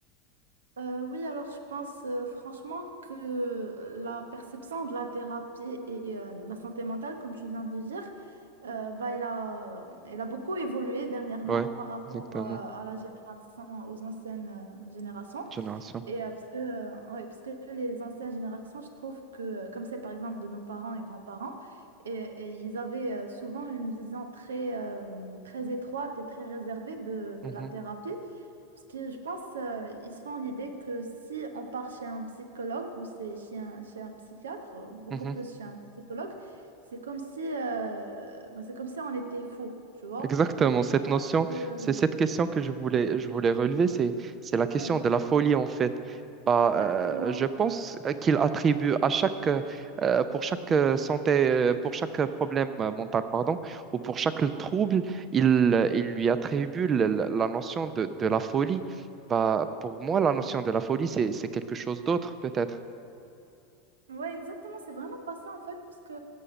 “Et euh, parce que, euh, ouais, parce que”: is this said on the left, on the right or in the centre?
Right